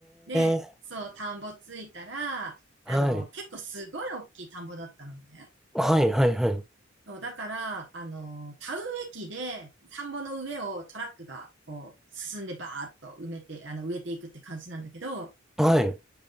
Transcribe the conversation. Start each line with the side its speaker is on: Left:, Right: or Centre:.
Right: で、
Centre: え、
Right: そう、田んぼ着いたら、
Centre: はい。
Right: あの、結構すごい大きい田んぼだったのね。
Centre: はい、はい、はい。
Right: そうだから、あの、田植え機で田んぼの上をトラックがこう進んでバーッと埋めて、あの、植えていくって感じなんだけど、
Centre: はい。